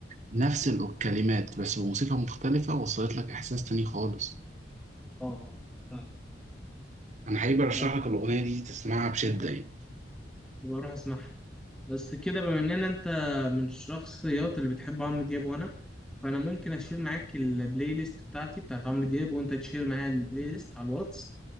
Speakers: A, on the right; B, in the centre.
A: نفس الكلمات بس بموسيقى مختلفة وصلت لك احساس تاني خالص
B: اه اه
A: انا حقيقي برشح
B: آه.
A: لك الاغنية دي تسمعها بشدة يعني
B: بروح اسمعها بس كده بما اننا انت من الشخصيات اللي بتحب عمرو دياب وانا فانا ممكن اشير معاك البلاي ليست بتاعتي بتاعت عمرو دياب وانت تشير معايا البلاي ليست على الواتس